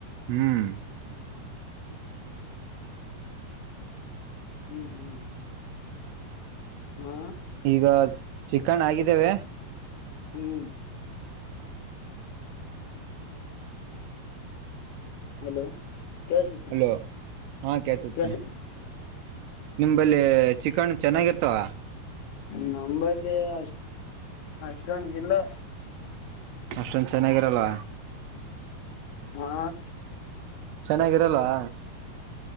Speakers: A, on the right; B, on the left.
A: ಹ್ಮ್.
B: ಹ್ಮ್ ಹ್ಮ್ ಹಾ.
A: ಈಗ ಚಿಕಣ್ಣ ಆಗಿದಾವೇ.
B: ಹ್ಮ್. ಹಲೋ. ಕೇಳ್ಸುತ್ತ
A: ಹಲೋ ಹಾ ಕೇಳತೈತಿ
B: ಕೇಳ್ಸ
A: ನಿಮಂಬಲ್ಲಿ ಚಿಕಣ್ಣು ಚೆನ್ನಾಗಿರ್ತಾವ.
B: ನಂಬಲ್ಲಿ ಅಷ್ಟ್ ಅಷ್ಟ್ಟೊಂದಿಲ್ಲ.
A: ಅಷ್ಟೊಂದ್ ಚೆನ್ನಾಗಿರಲ್ಲವ.
B: ಹಾ.
A: ಚೆನ್ನಾಗಿರಲ್ವಾ.